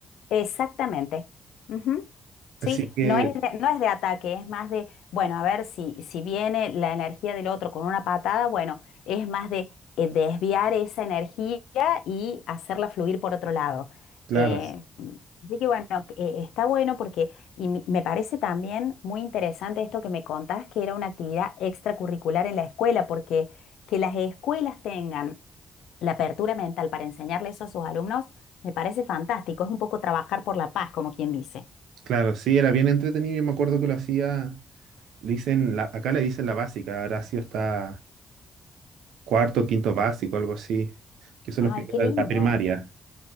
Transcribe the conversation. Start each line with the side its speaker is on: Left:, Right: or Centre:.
Left: Exactamente. Ujú.
Right: Así
Left: Sí,
Right: que,
Left: no es de, no es de ataque, es más de, bueno, a ver si, si viene la energía del otro con una patada, bueno, es más de eh, desviar esa energía y hacerla fluir por otro lado.
Right: claro,
Left: Eh,
Right: s-
Left: así que bueno, eh, está bueno porque, y me me parece también muy interesante esto que me contás, que era una actividad extracurricular en la escuela, porque que las escuelas tengan la apertura mental para enseñarle eso a sus alumnos me parece fantástico, es un poco trabajar por la paz, como quien dice.
Right: claro, sí, era bien entretenido. Yo me acuerdo que lo hacía, le dicen, la, acá le dicen la básica. Horacio está cuarto, quinto básico, algo así, que son
Left: Ay,
Right: los primeros
Left: qué lindo.
Right: de la primaria,